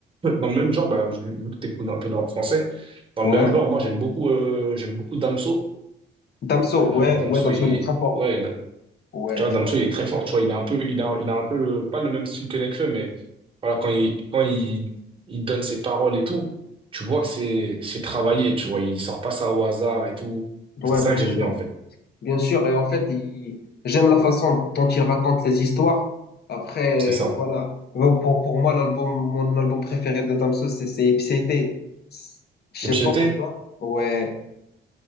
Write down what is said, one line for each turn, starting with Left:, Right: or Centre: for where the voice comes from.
Right: Dans le même genre, bah, vu vu que t'écoutes un peu de rap français, dans le
Left: ouais.
Right: même genre, moi j'aime beaucoup, euh, j'aime beaucoup Damso.
Left: Damso,
Right: Euh,
Left: ouais,
Right: Damso,
Left: ouais, Damso,
Right: il,
Left: il est très fort.
Right: ouais,
Left: Ouais,
Right: tu
Left: très
Right: vois, Damso,
Left: fort.
Right: il est très fort. Tu vois, il a un peu, il a, il a un peu, euh, pas le même style que Nekfeu, mais voilà, quand il, quand il, il donne ses paroles et tout, tu vois que c'est, c'est travaillé. Tu vois, il sort pas ça au hasard et tout.
Left: Ouais,
Right: C'est ça
Left: bien
Right: que j'aime
Left: sûr,
Right: bien en fait.
Left: bien sûr. Et en fait, il- j'aime la façon dont il raconte les histoires. Après,
Right: C'est ça.
Left: euh, voilà. Bon, Pour, pour moi, l'album, mon album préféré de Damso, c'est c'est Ipséité. Je sais
Right: Et puis j'étais,
Left: pas pourquoi. Ouais,